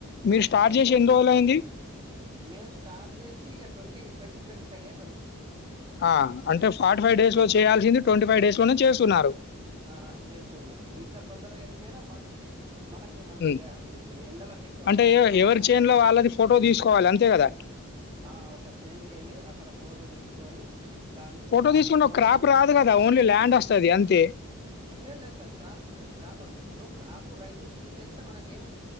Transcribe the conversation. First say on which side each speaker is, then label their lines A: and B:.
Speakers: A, on the left; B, on the right.
A: మీరు స్టార్ట్
B: వన్
A: జేసి
B: థర్టీ
A: ఎన్ని రోజులయింది?
B: మేమ్ స్టార్ట్ చేసి ఇగ ట్వంటీ ట్వంటీ ఫైవ్ డేస్ అవుతుంది
A: ఆ అంటే ఫార్టీ ఫైవ్ డేస్ లో చేయాల్సింది ట్వంటీ ఫైవ్ డేస్ లోనే చేస్తున్నారు
B: ఆ చేస్తున్నారు ఇంకా తొందరగా అయిపోయినా మంచిది మనకే మంచిది
A: హ్మ్.
B: ఇప్పుడు ఎండల కి ఎక్కువగా
A: అంటే ఎ ఎవరి
B: పోకుండా
A: చేన్‌లో వాళ్ళది ఫోటో తీసుకోవాలి అంతే కదా!
B: ఆ ఒక చేన్కి వెళ్ళి అక్కడ ఫోటో తీసుకొని దాన్ని
A: ఫోటో
B: వాళ్ళు
A: తీసుకుంటె
B: ఏ పంట
A: క్రాప్
B: వే
A: రాదు కదా ఓన్లీ ల్యాండ్ వస్తది అంతే
B: లేదు లేదు సార్ క్రాప్ ఉంటుంది క్రాప్ వస్తుంది ఇప్పుడు క్రాపు రైతులు తీసేస్తే మనకి ఏం